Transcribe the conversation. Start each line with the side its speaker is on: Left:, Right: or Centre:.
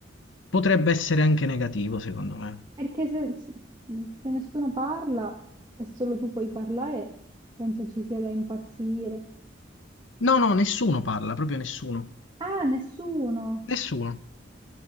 Left: potrebbe essere anche negativo, secondo me.
Right: perché se, se se nessuno parla e solo tu puoi parlare, penso ci sia da impazzire.
Left: No, no, nessuno parla, proprio nessuno.
Right: Ah, nessuno!
Left: Nessuno.